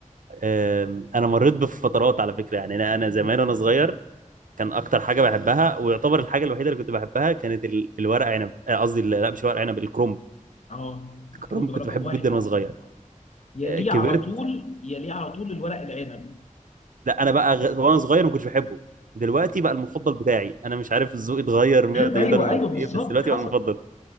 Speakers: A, on the right; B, on the left.
A: أم، أنا مريت بفترات على فكرة يعني أنا أنا زمان
B: مم.
A: وأنا صغير كان أكتر حاجة بحبها ويعتبر الحاجة الوحيدة اللي كنت بحبها كانت ال- الورق عنب آه، قصدي ال- لا مش ورق عنب الكرنب
B: اه
A: الكرنب
B: الكرنب ده
A: كنت
B: رقم
A: بحبه
B: واحد
A: جدا
B: عندي
A: وأنا صغير
B: بصراحه يليه
A: آه، كبرت
B: على طول يليه على طول الورق العنب
A: لا انا بقى غ... وانا صغير ما كنتش بحبه دلوقتي بقى المفضل بتاعي انا مش عارف الذوق اتغير 180
B: ايوه
A: درجه
B: ايوه
A: ولا
B: بالظبط
A: ايه بس دلوقتي
B: حصل
A: بقى المفضل